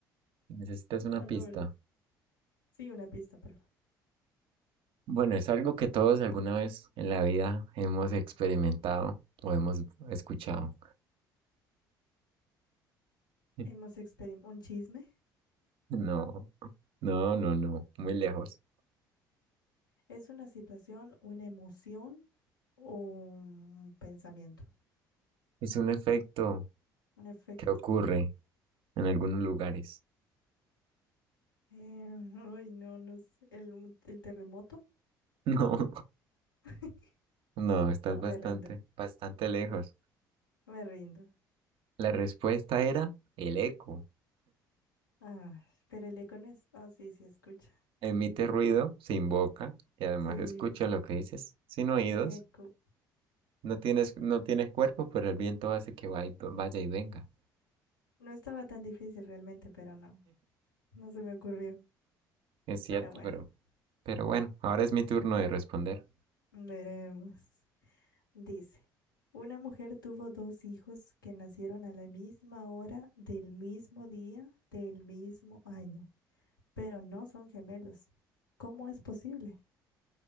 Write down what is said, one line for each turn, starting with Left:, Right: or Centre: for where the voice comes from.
Right: Necesitas una
Left: Ah,
Right: pista.
Left: no, ¿verdad? Sí, una pista, perdón.
Right: Bueno, es algo que todos alguna vez en la vida hemos experimentado o hemos escuchado. <laughs>
Left: Hemos experimentado un chisme.
Right: No, no, no, no, muy lejos.
Left: Es una situación, una emoción o un pensamiento,
Right: Es un efecto
Left: un efecto.
Right: que ocurre en algunos lugares. <laughs>
Left: Eh, <laughs> ay, no, no sé. El, el terremoto.
Right: No,
Left: <laughs>
Right: no, estás
Left: No,
Right: bastante,
Left: me rindo,
Right: bastante lejos.
Left: me rindo.
Right: La respuesta era el eco.
Left: Ah, pero el eco no es. Ah, sí, sí, escucha.
Right: Emite ruido se invoca y además
Left: Sí,
Right: escucha lo que dices sin oídos.
Left: eco.
Right: No tienes, no tienes cuerpo, pero el viento hace que vai- vaya y venga.
Left: No estaba tan difícil realmente, pero no. No se me ocurrió.
Right: Es cierto,
Left: Pero bueno,
Right: pero... Pero bueno, ahora es mi turno de responder.
Left: veremos. Dice, una mujer tuvo dos hijos que nacieron a la misma hora, del mismo día, del mismo año, pero no son gemelos. ¿Cómo es posible?